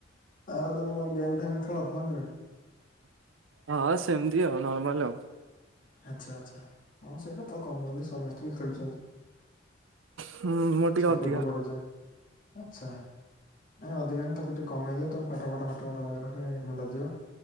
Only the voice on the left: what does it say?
ଆଉ ତମେ କଣ ଗେମ୍ ଫେମ୍ ଖେଳ ଫୋନ ରେ
ଆଚ୍ଛା ଆଚ୍ଛା ହ ସେଇଟା ତ କମନଲି ସମସ୍ତେ ବି ଖେଳୁଛନ୍ତି
ଛୋଟଟୁ
ବଡ ଯାଏଁ ଆଛା ନାଇଁ ଅଧିକାନ ତାକୁ ଟିକେ କମେଇ ଦିଅ ତମେ ପାଠ ପଢ଼ା ଫାଟରେ ମୁଣ୍ଡ ଦିଅ